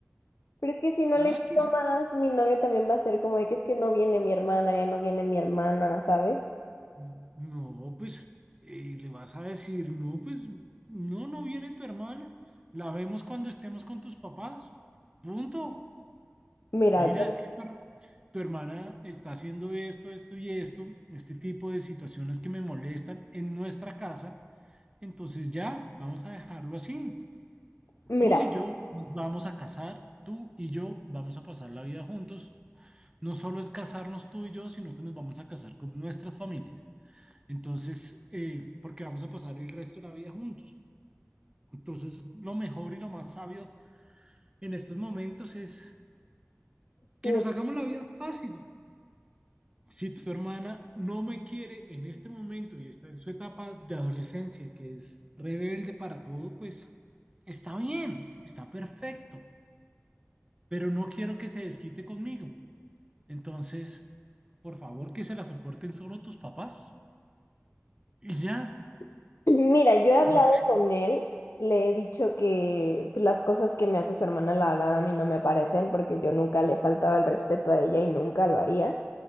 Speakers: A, on the left; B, on the right.
A: Pero es que si no
B: Ah,
A: le invito
B: que se
A: más, mi novio también va a ser como de que es que no viene mi hermana, ya no viene mi hermana, ¿sabes?
B: No, pues eh, le vas a decir, no, pues no, no viene tu hermana, la vemos cuando estemos con tus papás, punto.
A: Mira,
B: Mira,
A: yo,
B: es que tu, her- tu hermana está haciendo esto, esto y esto, este tipo de situaciones que me molestan en nuestra casa, entonces ya, vamos a dejarlo así.
A: mira,
B: Tú y yo nos vamos a casar, tú y yo vamos a pasar la vida juntos. No solo es casarnos tú y yo, sino que nos vamos a casar con nuestras familias. Entonces, eh, porque vamos a pasar el resto de la vida juntos. Entonces, lo mejor y lo más sabio en estos momentos es que
A: sí,
B: nos hagamos la vida fácil. Si tu hermana no me quiere en este momento y está en su etapa de adolescencia, que es rebelde para todo, pues está bien, está perfecto, pero no quiero que se desquite conmigo. Entonces, por favor, que se la soporten solo tus papás y ya.
A: <clears throat> mira, yo he hablado
B: No
A: con él, le he dicho que pues, las cosas que me hace su hermana, la verdad, a mí no me parecen, porque yo nunca le faltaba el respeto a ella y nunca lo haría.